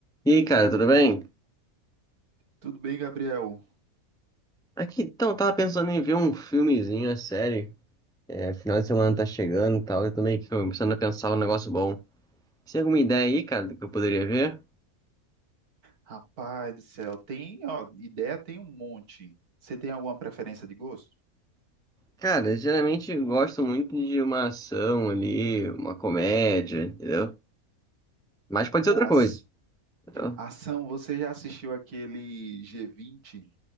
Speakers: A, in the centre; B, on the right.
A: E aí, cara, tudo bem?
B: Tudo bem, Gabriel?
A: Aqui, então, tava pensando em ver um filmezinho, a série. É, final de semana tá chegando e tal, eu tô meio que começando a pensar um negócio bom. Você tem alguma ideia aí, cara, do que eu poderia ver?
B: Rapaz do céu, tem, ó, ideia tem um monte. Você tem alguma preferência de gosto?
A: Cara, eu geralmente gosto muito de uma ação ali, uma comédia, entendeu? Mas pode ser
B: Ou
A: outra
B: as-
A: coisa, entendeu?
B: ação, você já assistiu aquele G20,